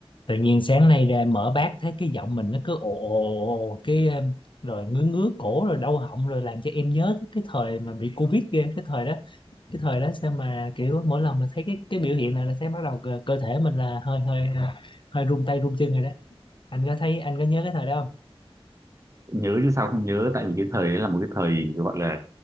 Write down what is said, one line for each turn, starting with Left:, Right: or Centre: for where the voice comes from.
Left: tự nhiên sáng nay ra mở bát thấy cái giọng mình nó cứ ồ ồ ồ ồ, cái um, rồi ngứa ngứa cổ rồi đau họng rồi làm cho em nhớ tới cái thời mà bị Covid ghê cái thời đó cái thời đó sao mà kiểu mỗi lần mà thấy cái cái biểu hiện này là thấy bắt đầu cơ, cơ thể mình là hơi hơi uh, hơi run tay run chân rồi đó anh có thấy anh có nhớ cái thời đó không
Right: nhớ chứ sao không nhớ tại vì cái thời đấy là một cái thời gọi là